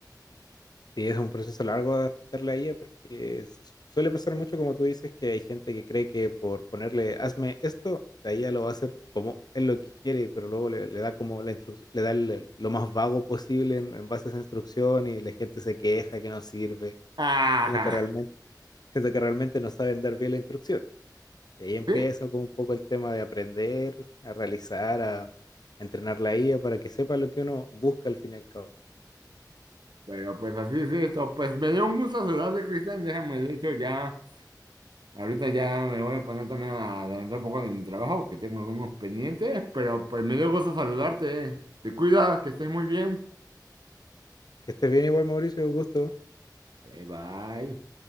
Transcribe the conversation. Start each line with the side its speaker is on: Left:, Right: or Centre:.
Left: y es un proceso largo adaptarla a ella porque su- suele pasar mucho, como tú dices, que hay gente que cree que por ponerle hazme esto, la IA lo va a hacer como él lo quiere, pero luego le, le da como la instruc- le da el- lo más vago posible en, en base a esa instrucción y la gente se queja que no sirve,
Right: Ajá.
Left: siendo que realmente, siendo que realmente no saben dar bien la instrucción. Y ahí empieza
Right: Sí,
Left: como un poco el tema de aprender, a realizar, a entrenar la IA para que sepa lo que uno busca al fin y al cabo.
Right: pero pues así es esto. Pues me dio un gusto saludarte, Cristian. Déjame, de hecho, ya, ahorita ya me voy a poner también a adelantar un poco de mi trabajo, que tengo algunos pendientes, pero pues me dio gusto saludarte. Te cuidas, que estés muy bien.
Left: Que estés bien igual, Mauricio, un gusto.
Right: Vale, bye.